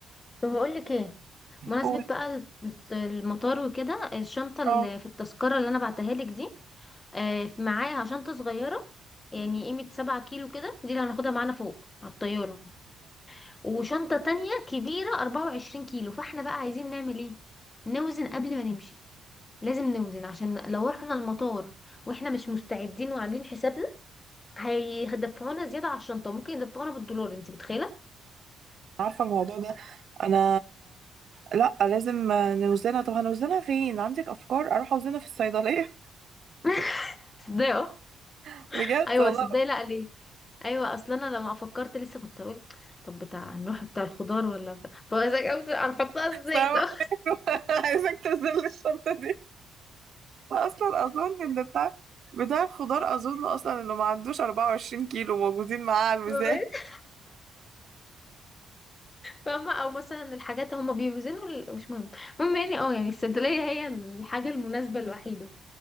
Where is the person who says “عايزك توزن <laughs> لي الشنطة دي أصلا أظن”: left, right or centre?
Right